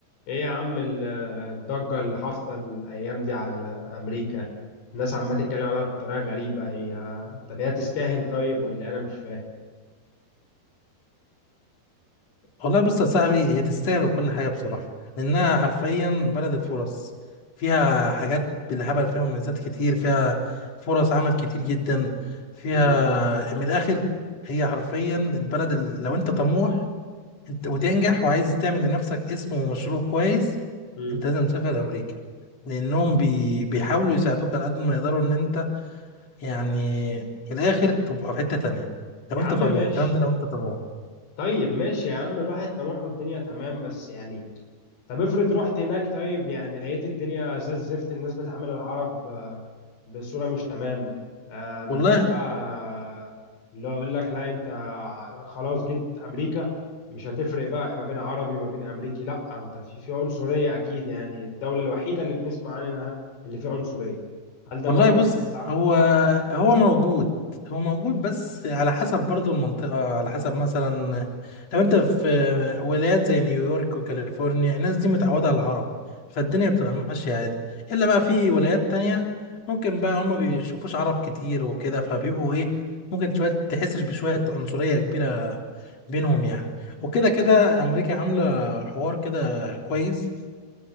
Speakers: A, on the left; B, on the left.
A: ايه يا عم ال- الضجة اللي حاصلة الأيام دي على أمريكا الناس عمالة تتكلم عليها بطريقة غريبة هي طب هي تستاهل طيب ولا أنا مش فاهم
B: والله بص يا صاحبي هي تستاهل وكل حاجة بصراحة لأنها حرفيا بلد الفرص فيها حاجات بالهبل فيها مميزات كتير فيها فرص عمل كتير جدا فيها
A: مم.
B: من الآخر هي حرفيا البلد اللي لو أنت طموح أنت وتنجح وعايز تعمل لنفسك اسم ومشروع كويس
A: مم.
B: أنت لازم تسافر أمريكا لأنهم بي... بيحاولوا يساعدوك على قد ما يقدروا إن أنت يعني من الآخر تبقى في حتة تانية لو
A: يا
B: أنت
A: عم
B: طموح
A: ماشي
B: الكلام ده لو أنت طموح
A: طيب ماشي يا عم الواحد طموحه الدنيا تمام بس يعني طب افرض رحت هناك طيب يعني لقيت الدنيا زي الزفت الناس بتعامل العرب آه، بصورة مش تمام آه، مفيش
B: والله
A: بقى آه، اللي هو يقول لك لا انت خلاص جيت امريكا مش هتفرق بقى ما بين عربي وما بين امريكي لا انت في في عنصرية اكيد يعني الدولة الوحيدة اللي بنسمع عنها اللي فيها عنصرية هل ده
B: والله
A: موجود
B: بص
A: ناحية العرب؟
B: هو هو موجود هو موجود بس على حسب برضو المنطقة على حسب مثلا لو انت في ولايات زي نيويورك وكاليفورنيا الناس دي متعودة على العرب فالدنيا بتبقى ماشية عادي الا بقى في ولايات تانية ممكن بقى هما بيشوفوش عرب كتير وكده فبيبقوا
A: مم.
B: ايه ممكن شوية تحسش بشوية عنصرية كبيرة بينهم يعني وكده كده امريكا عاملة حوار كده كويس